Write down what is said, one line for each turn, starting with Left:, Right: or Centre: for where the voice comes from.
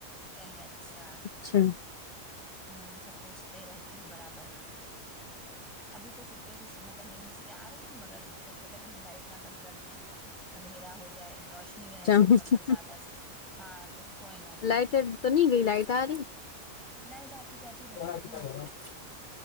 Centre: کہے اچھا
Left: اچھا
Centre: ہوں سب پوچھتے رہتے ہیں برابر ابھی تو چپے سے مطلب نیند اس کے آ رہی تھی مگر سوچ رہ تھا کہیں لائٹ نہ بند کر دیں اندھیرا ہو جائے روش نی رہے خوب
Left: اچھا
Centre: مطلب زیادہ س ہاں تو سوئے نا یہ
Left: لائٹ تو نہیں گئی لائٹ آ
Centre: لائٹ آتی جاتی
Left: رہی
Centre: رہتی ہے بہن